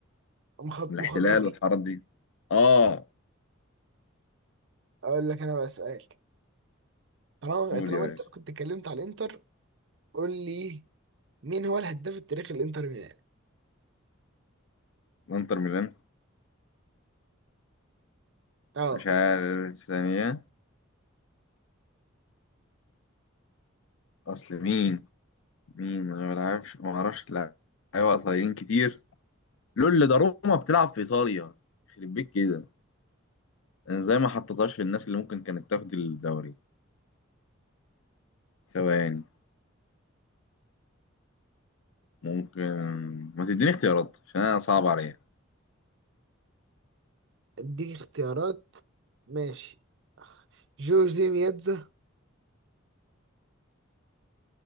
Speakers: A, on the right; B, on the left.
A: مخ-
B: من
A: مخضرميه
B: الاحتلال والحارات دي اه
A: اقول لك انا بقى سؤال طالما
B: قول
A: طالما
B: يا
A: انت
B: باشا
A: كنت اتكلمت على الانتر قول لي مين هو الهداف التاريخي للانتر ميلان
B: انتر ميلان
A: اه
B: مش عارف ثانية اصل مين مين انا ما بلعبش ما اعرفش لا ايوه قصيرين كتير لول ده روما بتلعب في ايطاليا يخرب بيك كده انا ازاي ما حطيتهاش في الناس اللي ممكن كانت تاخد الدوري ثواني ممكن ما تديني اختيارات عشان انا صعب عليا
A: اديك اختيارات ماشي جوزي مياتزا